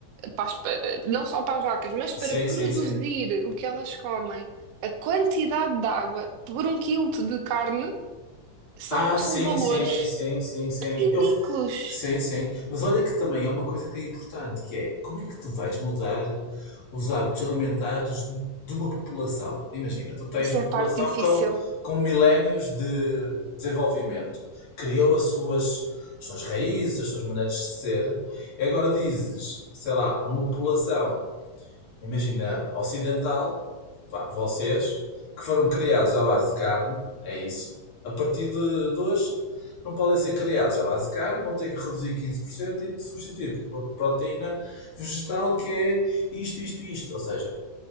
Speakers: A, on the right; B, on the left.
A: para as não só para as vacas, mas
B: Sim,
A: para produzir
B: sim, sim.
A: o que elas comem, a quantidade de água por um quilo de carne são,
B: Ah, sim,
A: são valores
B: sim, sim, sim, sim.
A: ridículos.
B: Eu... Sim, sim. Mas olha que também é uma coisa que é importante, que é como é que tu vais mudar os hábitos alimentares de uma população? Imagina, tu tens
A: Essa
B: uma
A: é a
B: população
A: parte difícil
B: com, com milénios de desenvolvimento. Criou as suas, as suas raízes, as suas maneiras de ser. E agora dizes, sei lá, a uma população Imagina, ocidental, pá, vocês, que foram criados à base de carne, é isso. A partir de, de hoje, não podem ser criados à base de carne, vão ter que reduzir 15% e substituir por proteína vegetal, que é isto, isto, isto. Ou seja,